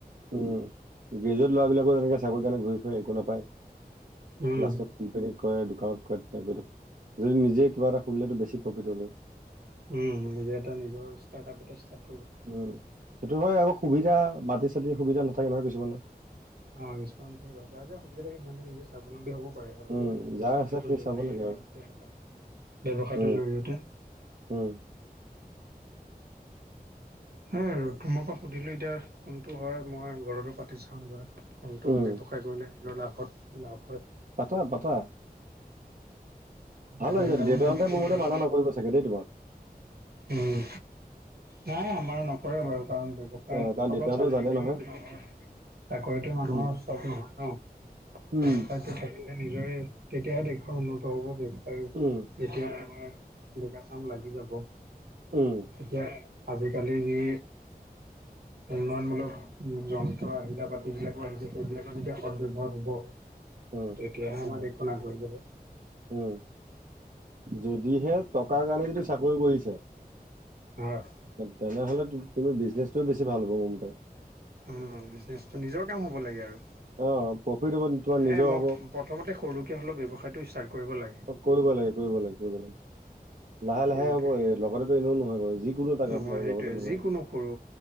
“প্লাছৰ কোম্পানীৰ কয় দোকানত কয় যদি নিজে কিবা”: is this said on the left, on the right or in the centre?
Right